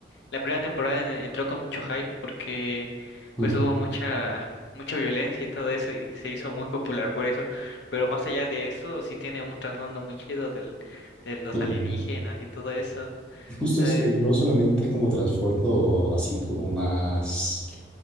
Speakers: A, on the left; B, in the centre.
A: la primera temporada en- entró con mucho hype porque
B: ujú.
A: pues hubo mucha mucha violencia y todo eso y se hizo muy popular por eso. Pero más allá de eso sí tiene un trasfondo muy chido del de los
B: ujú.
A: alienígenas y todo eso.
B: Y justo
A: Eh,
B: eso, y no solamente como transbordo así como más